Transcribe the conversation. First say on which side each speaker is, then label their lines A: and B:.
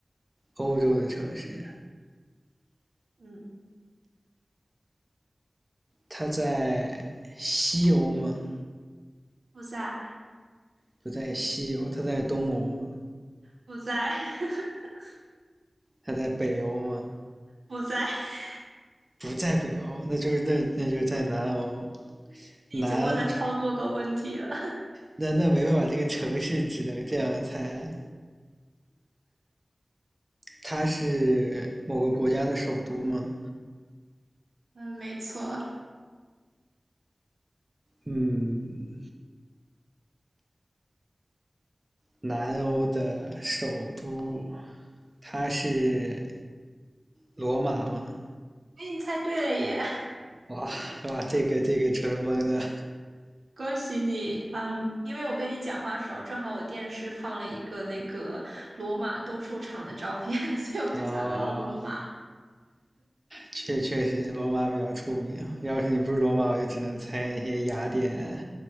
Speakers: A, on the right; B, on the right.
A: 欧洲的城市，
B: 嗯，
A: 它在西欧吗？
B: 不在，
A: 不在西欧，它在东欧吗？
B: 不在，<laughs>
A: 它在北欧吗？
B: 不在，<laughs>
A: 不在北欧，那就是那那就是在南欧。
B: 你已经问了超多个问题了，
A: 南那那没办法，这个城市只能这样猜。它是某个国家的首都吗？
B: 嗯，没错，哎，
A: 嗯，南欧的首都，它是罗马吗？
B: 你猜对了耶。
A: 哇哇，这个这个纯蒙的。
B: 恭喜你，嗯，因为我跟你讲话的时候，正好我电视放了一个那个罗马斗兽场的照片，<laughs> 所以我就想到了罗马。
A: 哦，确确实罗马比较出名啊，要是你不是罗马，我就只能猜那些雅典。